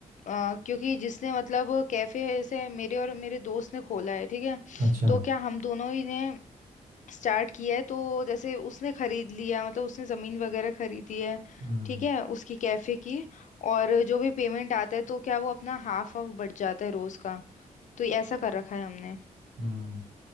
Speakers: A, on the left; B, on the right.
A: अ, क्योंकि जिसने मतलब कैफे ऐसे मेरे और मेरे दोस्त ने खोला है ठीक है
B: अच्छा
A: तो क्या हम दोनों ही ने स्टार्ट किया है तो जैसे उसने खरीद लिया मतलब उसने जमीन वगैरह खरीदी है
B: हम्म
A: ठीक है उसकी कैफे की और जो भी पेमेंट आता है तो क्या वो अपना हाफ ऑफ बढ़ जाता है रोज का तो ये ऐसा कर रखा है हमने
B: हम्म